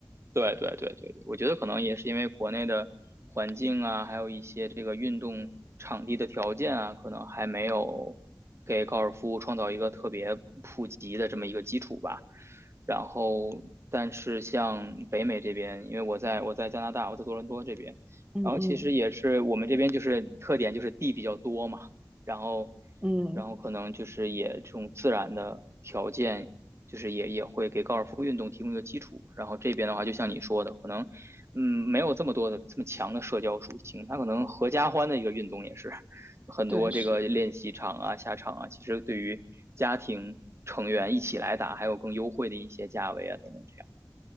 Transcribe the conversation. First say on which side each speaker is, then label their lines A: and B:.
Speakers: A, on the right; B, on the right.
A: 对对对对，我觉得可能也是因为国内的环境啊，还有一些这个运动场地的条件啊，可能还没有给高尔夫创造一个特别普及的这么一个基础吧。然后，但是像北美这边，因为我在我在加拿大，我在多伦多这边，
B: 嗯嗯
A: 然后其实也是我们这边就是特点就是地比较多嘛。然后，
B: 嗯，
A: 然后可能就是也这种自然的条件，就是也也会给高尔夫运动提供一个基础。然后这边的话，就像你说的，可能嗯没有这么多的这么强的社交属性，它可能合家欢的一个运动也是很多这个练习场啊、
B: 对，是。
A: 下场啊，其实对于家庭成员一起来打，还有更优惠的一些价位啊等等这样。